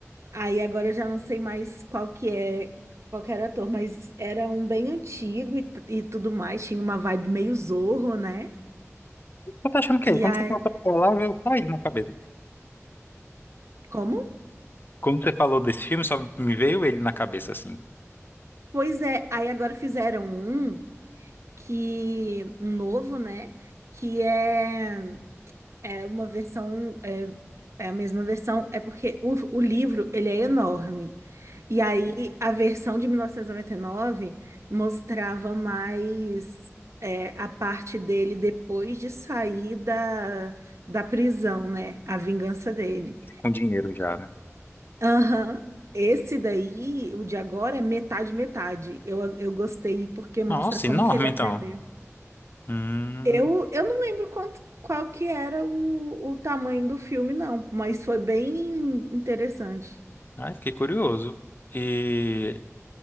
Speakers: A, on the right (about 65°); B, on the left (about 40°).
A: Aí agora eu já não sei mais qual que é, qual que era o ator, mas era um bem antigo e, t- e tudo mais, tinha uma vibe meio Zorro, né?
B: Eu tô achando que
A: E
B: é ele. Quando
A: aí,
B: você começou a falar, veio tá ele na cabeça.
A: como?
B: Quando você falou desse filme, só me veio ele na cabeça, assim.
A: Pois é, aí agora fizeram um que, um novo, né? Que é É uma versão, é, é a mesma versão, é porque o, o livro, ele é enorme. E aí, a versão de 1999 mostrava mais é, a parte dele depois de sair da, da prisão, né? A vingança dele.
B: Com dinheiro já, né?
A: Aham. Esse daí, o de agora, é metade, metade. Eu, eu gostei porque mostra
B: Nossa,
A: como
B: enorme
A: que ele aprendeu.
B: então. Hum,
A: Eu, eu não lembro quanto, qual que era o, o tamanho do filme, não, mas foi bem interessante.
B: ai, fiquei curioso. E